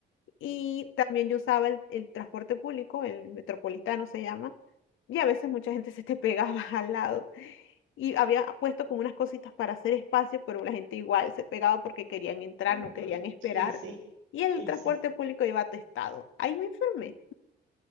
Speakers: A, on the left (about 85°); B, on the right (about 85°).
A: Y también yo usaba el, el transporte público, el metropolitano se llama, y a veces mucha gente se te pegaba <laughs> al lado. Y había puesto como unas cositas para hacer espacio, pero la gente igual se pegaba porque querían entrar,
B: Ujú.
A: no querían esperar.
B: Y sí,
A: Y el
B: y
A: transporte
B: sí.
A: público iba atestado. Ahí me enfermé.